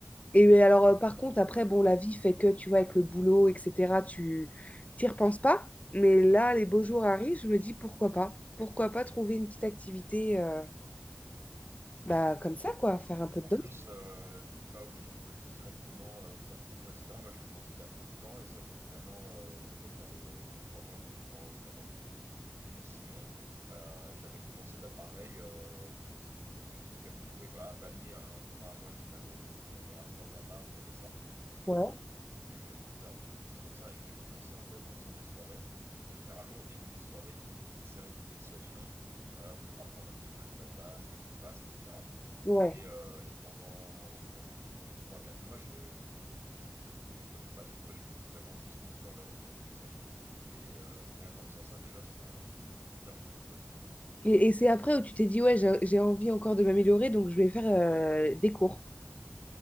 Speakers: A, on the left; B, on the right.
A: Et euh, alors, euh, par contre, après, bon, la vie fait que, tu vois, avec le boulot, etc., tu t'y repenses pas. Mais là, les beaux jours arrivent, je me dis pourquoi pas? Pourquoi pas trouver une petite activité euh, bah, comme ça, quoi, faire un peu
B: En
A: de danse.
B: plus, euh, t'es pas obligé de directement euh, faire des cours, etc. Moi, j'ai commencé il y a peu de temps et ça fait vraiment euh, peut-être allez, euh, deux, trois mois que je prends vraiment des cours. Mais sinon, euh, j'avais commencé bah, pareil. euh, je m'étais retrouvé quand- à Bali, un, un copain à moi qui m'avait qui m'avait ramené dans un bar où il y avait ça. Et je
A: Ouais.
B: m'étais un peu pris au jeu, j'avais découvert un petit peu ça comme ça. Et j'ai commencé en fait en faisant des soirées. Et généralement, au début des soirées, ils font des petites séances d'initiation euh, pour apprendre un petit peu les pas de base, quelques passes, etc.
A: Ouais.
B: Et, euh, et pendant, pendant trois quatre mois, je j'étais, je prenais pas de cours et je faisais vraiment juste les soirées, les séances d'initiation. Et euh, rien qu'en faisant ça, déjà, ça m'a bien fait progresser. euh,
A: Et, et c'est après où tu t'es dit, ouais, j'ai j'ai envie encore de m'améliorer, donc je vais faire euh, des cours.